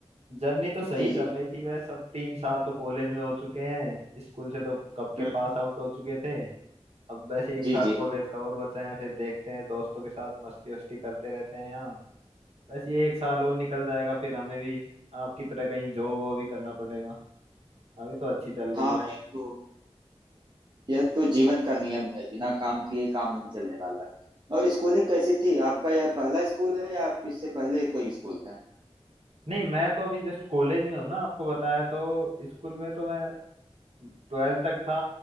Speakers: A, on the right (about 70°); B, on the right (about 45°).
A: जर्नी तो सही
B: जी
A: चल
B: जी
A: रही थी बस अब तीन साल तो कॉलेज में हो चुके हैं स्कूल से तो कब के
B: हम्म,
A: पास आउट हो चुके थे अब बस एक
B: जी
A: साल
B: जी
A: कॉलेज का और बचा है फिर देखते हैं दोस्तों के साथ मस्ती वस्ती करते रहते हैं यहाँ बस ये एक साल और निकल जाएगा फिर हमें भी आपकी तरह कहीं जॉब वो भी करना पड़ेगा अभी तो अच्छी चल रही
B: हाँ
A: है लाइफ
B: ये तो यह तो जीवन का नियम है बिना काम किए काम नहीं चलने वाला और स्कूलिंग कैसी थी आपका यह पहला स्कूल है या इससे पहले कोई स्कूल था
A: नहीं मैं तो अभी जस्ट कॉलेज में हूँ ना आपको बताया तो स्कूल में तो मैं ट्वेल्थ तक था